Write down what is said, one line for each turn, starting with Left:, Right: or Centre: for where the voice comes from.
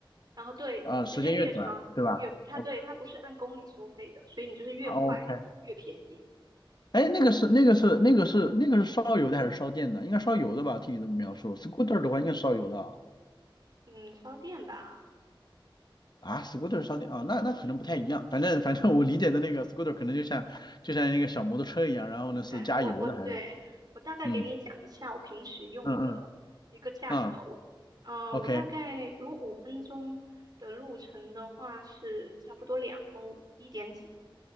Right: 然后对，
Left: 啊、
Right: 时间越长越贵，
Left: 时间越短，对吧？OK
Right: 它对它不是按公里收费的，所以你就是越快越便宜。
Left: OK，哎，那个是那个是那个是那个是烧油的还是烧电的？应该烧油的吧？听你这么描述，scooter 的话应该是烧油的啊。
Right: 嗯，烧电吧，
Left: 啊，scooter 烧电啊，那那可能不太一样。反正反正我理解的那个 scooter 可能就像就像一个小摩托车一样，然后呢是加油的还是
Right: 对我我对我大概给你讲一下我平时用的一个价格，
Left: 嗯嗯嗯啊
Right: 我嗯、呃我大概如果五分钟的路程的话是差不多两欧，
Left: ，OK，
Right: 一点几，